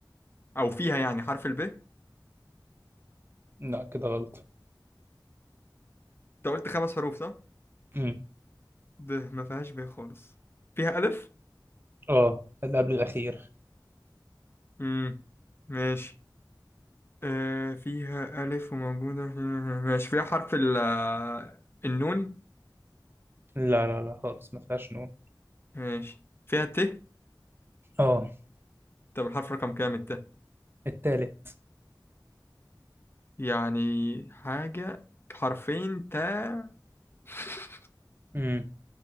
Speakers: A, on the left (about 30°); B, on the right (about 30°).
A: أو فيها يعني حرف الب أنت
B: لا كده غلط
A: قلت خمس حروف صح؟
B: امم
A: ب ما فيهاش ب خالص فيها ألف؟
B: اه اللي قبل الأخير
A: مم. ماشي آه فيها ألف وموجودة في- ماشي فيها حرف ال آه، النون
B: لا لا لا خالص ما فيهاش نون
A: ماشي فيها ت
B: اه
A: طب الحرف رقم كام الت؟
B: التالت
A: يعني حاجة حرفين تا <laughs>
B: امم